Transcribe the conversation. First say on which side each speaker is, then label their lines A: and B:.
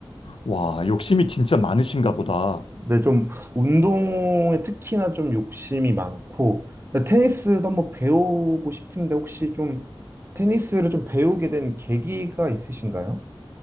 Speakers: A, on the left; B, on the right.
A: 와, 욕심이 진짜 많으신가 보다.
B: 네, 좀 운동에 특히나 좀 욕심이 많고 근데 테니스도 한번 배우고 싶은데 혹시 좀 테니스를 좀 배우게 된 계기가 있으신가요?